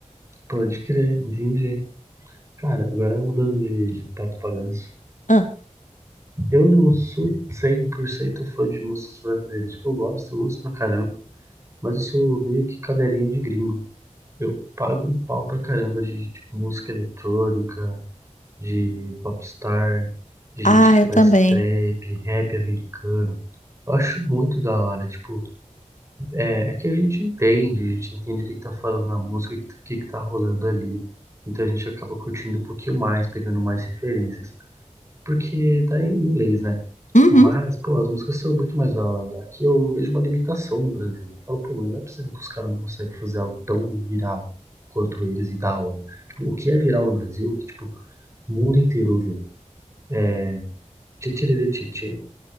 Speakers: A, on the right; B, on the left.
A: Pode crer, entendi. Cara, agora mudando de, de pato pra ganso.
B: Ah,
A: Eu não sou 100% fã de músicas brasileiras. Tipo, eu gosto, eu gosto pra caramba, mas eu sou meio que cadelinha de gringo. Eu pago um pau pra caramba de tipo, música eletrônica, de popstar, de gente
B: ah,
A: que
B: eu
A: faz
B: também.
A: trap, rap americano. Eu acho muito da hora, tipo, é, é que a gente entende, a gente entende o que que tá falando na música, o que que tá rolando ali. Então a gente acaba curtindo um pouquinho mais, pegando mais referências porque tá em inglês, né?
B: Uhum.
A: Mas, pô, as músicas são muito mais da hora. Aqui eu vejo uma limitação no Brasil. Eu falo, pô, mas não é possível que os caras não conseguem fazer algo tão viral quanto eles e da hora. O que é viral no Brasil, que, tipo, o mundo inteiro ouviu. É Tchê Tchê